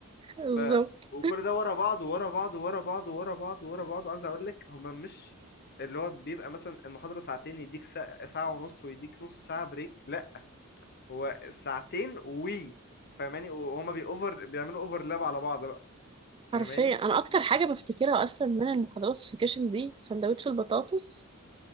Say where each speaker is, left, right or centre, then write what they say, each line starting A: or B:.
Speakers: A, on the right (about 25°); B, on the left (about 45°).
A: بالظبط
B: ف- وكل ده ورا بعض ورا بعض ورا بعض ورا بعض ورا بعض عايز اقول لك هما مش اللي هو بيبقى مثلا المحاضره ساعتين يديك ساعة, ساعه ونص ويديك نص ساعه بريك لا هو ساعتين وي فاهماني وهما بيأوفر بيعملوا اوفرلاب على بعض بقى فاهماني
A: حرفيا انا اكتر حاجة بفتكرها اصلا من المحاضرات في السكشن دي سندوتش البطاطس